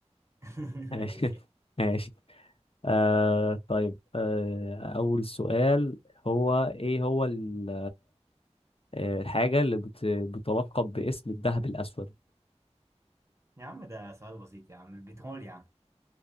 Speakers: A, on the right (about 25°); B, on the left (about 55°).
A: <laughs>
B: ماشي
A: ماشي
B: <laughs> ماشي آه طيب آه أول سؤال هو إيه هو ال- آه، الحاجة اللي بت... بتلقب باسم الذهب الأسود
A: يا عم ده سؤال بسيط يا عم البترول يا عم